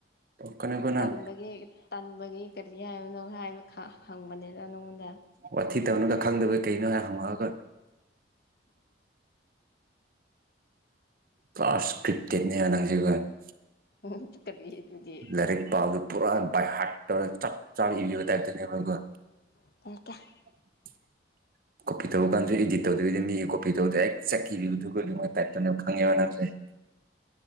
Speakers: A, on the right (about 50°); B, on the left (about 55°).
A: ꯀꯩꯅꯣꯒꯣ
B: ꯇꯟꯕꯒꯤ
A: ꯅꯪ
B: ꯇꯟꯕꯒꯤ ꯀꯔꯤ ꯍꯥꯏꯕꯅꯣ ꯍꯥꯏꯕ ꯈꯪꯕꯅꯤꯅ ꯅꯪꯉꯣꯟꯗ
A: ꯋꯥꯊꯤ ꯇꯧꯅꯨꯗ ꯈꯪꯗꯕꯩ ꯀꯩꯅꯣ ꯍꯥꯏ ꯍꯪꯉꯛꯑꯒ ꯀ꯭ꯂꯥꯁ ꯀ꯭ꯔꯤꯞꯇꯦꯠꯅꯦ <unintelligible>
B: <unintelligible> ꯀꯔꯤ ꯑꯗꯨꯗꯤ
A: ꯂꯥꯏꯔꯤꯛ ꯄꯥꯗꯨ ꯄꯨꯔꯥ ꯕꯥꯏ ꯍꯥꯔꯠ ꯇꯧꯔꯒ ꯆꯞ ꯆꯥꯕ ꯏꯕꯤꯕ ꯇꯥꯏꯞꯇꯅꯦꯕ ꯑꯩꯀꯣ
B: <unintelligible>
A: <inaudible> <unintelligible> ꯏꯗꯤꯠ ꯇꯧꯗꯕꯤꯗ ꯃꯤꯒꯤ ꯀꯣꯄꯤ ꯇꯧꯗꯦ ꯑꯦꯆꯠ <unintelligible> ꯇꯥꯏꯞ ꯇꯅꯦ ꯈꯪꯉꯦꯕ ꯅꯝꯁꯦ